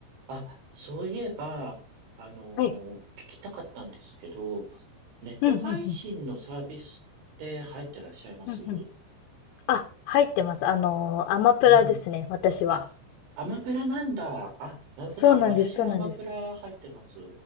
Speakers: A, on the right; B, on the left.
A: あ、そういえば、あのー聞きたかったんですけど、
B: はい。
A: ネット配信のサービスって入ってらっしゃいます
B: うん、うん、うん、うん、うん。あ、入ってます。あのーアマプラですね、
A: うん。
B: 私は。
A: あ、アマプラなんだ。あ、なるほど。
B: そうなんです、
A: あ、私もアマプラ入ってます。
B: そうなんです。